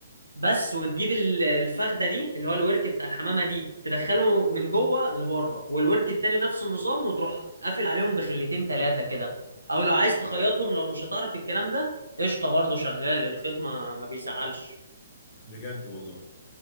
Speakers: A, on the right (about 80°); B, on the left (about 30°).
A: بس وتجيب ال- الفخده دي اللي هو الورك بتاع الحمامه دي تدخله من جوه لبره والورك التاني نفس النظام وتروح قافل عليهم بخلتين ثلاثه كده او لو عايز تخيطهم لو مش هتعرف الكلام ده قشطه برضه شغال الخيط ما ما بيزعلش
B: مم. بجد والله